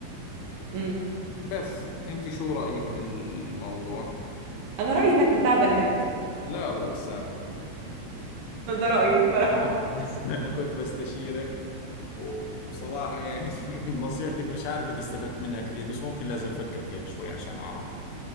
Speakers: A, on the right (about 70°); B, on the left (about 85°).
A: امم
B: بس انت شو رأيك في الموضوع
A: انا رأيي انك بتاع بنات
B: لا الله يسامح
A: انا ده رأيي
B: انا
A: الصراحة
B: انا كنت <laughs> انا كنت بستشيرك وبصراحة يعني <laughs> نصيحتك مش عارف اذا استفدت منها كثير بس ممكن لازم افكر فيها شوي عشان اعرف